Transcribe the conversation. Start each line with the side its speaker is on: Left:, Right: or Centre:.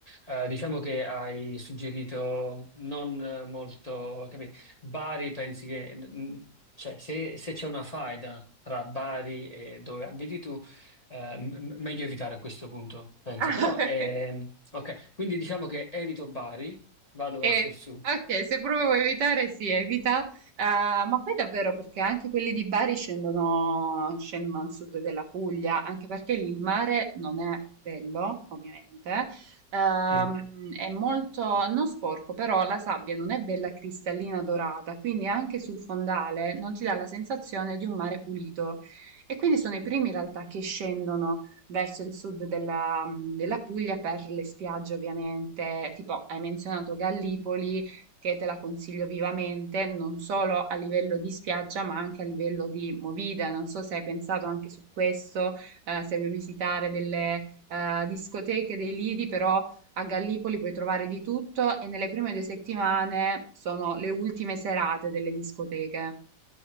Left: eh, diciamo che hai suggerito non eh, molto, capì? Bari, pensi che, mm, cioè, se, se c'è una faida tra Bari e dove abiti tu, eh, m- m- meglio evitare a questo punto, penso.
Right: <laughs>
Left: Però, ehm, ok, quindi diciamo che evito Bari, vado
Right: Eh,
Left: verso il sud.
Right: ok, se proprio vuoi evitare, si evita, Eh, ma poi davvero perché anche quelli di Bari scendono, scendono al sud della Puglia, anche perché lì il mare non è bello, ovviamente, Ehm,
Left: Sì.
Right: è molto, non sporco, però la sabbia non è bella cristallina dorata, quindi anche sul fondale non ti dà la sensazione di un mare pulito. E quindi sono i primi in realtà che scendono verso il sud della, della Puglia per le spiagge ovviamente. Tipo, hai menzionato Gallipoli, che te la consiglio vivamente, non solo a livello di spiaggia, ma anche a livello di movida. Non so se hai pensato anche su questo, eh, se vuoi visitare delle eh, discoteche, dei lidi, però... A Gallipoli puoi trovare di tutto e nelle prime due settimane sono le ultime serate delle discoteche.